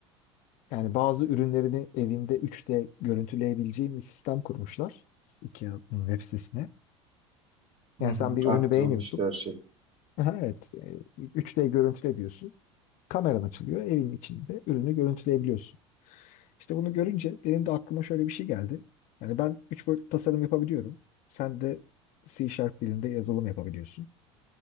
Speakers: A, on the left (about 55°); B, on the right (about 35°).
A: Yani bazı ürünlerini evinde 3D görüntüleyebileceğim bir sistem kurmuşlar. IKEA'nın web sitesine. Yani
B: Hı hı,
A: sen bir ürünü
B: aktırılmış
A: beğeniyorsun.
B: gerçek.
A: Aha, evet. e, 3D görüntüle diyorsun. Kameran açılıyor. Evin içinde ürünü görüntüleyebiliyorsun. İşte bunu görünce benim de aklıma şöyle bir şey geldi. Yani ben 3 boyutlu tasarım yapabiliyorum. Sen de C Sharp dilinde yazılım yapabiliyorsun.